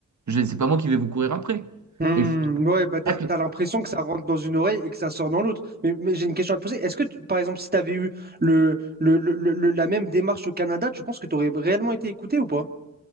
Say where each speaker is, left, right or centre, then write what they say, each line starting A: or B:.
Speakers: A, on the right (about 60°); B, on the right (about 30°).
A: Je, c'est pas moi qui vais vous courir après.
B: Hmm.
A: Et c'est pour
B: Ouais, bah t'as,
A: ça que-
B: t'as l'impression que ça rentre dans une oreille et que ça sort dans l'autre. Mais, mais j'ai une question à te poser. Est-ce que, tu- par exemple, si t'avais eu le, le, le- le- le- la même démarche au Canada, tu penses que t'aurais réellement été écouté ou pas?